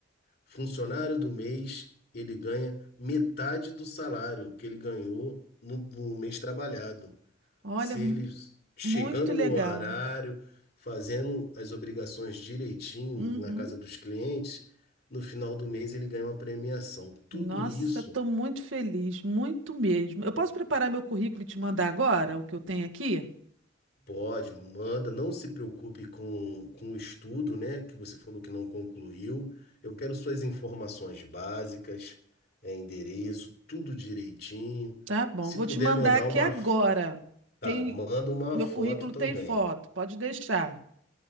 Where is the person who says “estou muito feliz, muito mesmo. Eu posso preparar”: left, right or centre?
Right